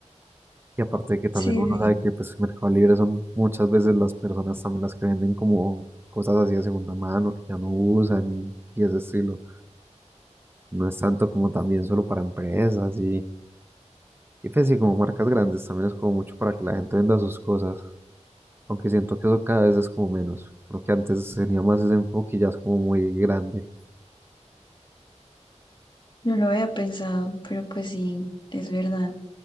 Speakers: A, on the right (about 20°); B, on the left (about 40°).
A: Y aparte de que también
B: Sí,
A: uno
B: sí.
A: sabe que pues Mercado Libre son muchas veces las personas también las que venden como cosas así de segunda mano que ya no usan y, y ese estilo. No es tanto como también solo para empresas y Y pues sí, como marcas grandes también es como mucho para que la gente venda sus cosas, aunque siento que eso cada vez es como menos. Creo que antes tenía más ese enfoque y ya es como muy grande.
B: No lo había pensado, pero pues sí, es verdad.